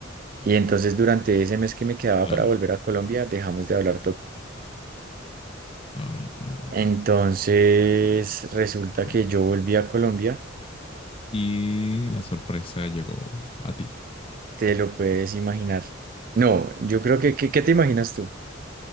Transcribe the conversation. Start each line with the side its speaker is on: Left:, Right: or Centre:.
Right: Y entonces durante ese mes que me quedaba
Left: Claro.
Right: para volver a Colombia, dejamos de hablar
Left: Ay, no, amigo.
Right: Entonces, resulta
Left: Qué fuerte.
Right: que yo volví a Colombia,
Left: Y la sorpresa llegó a ti.
Right: te lo puedes imaginar. No, yo creo que, ¿qué, qué te imaginas tú?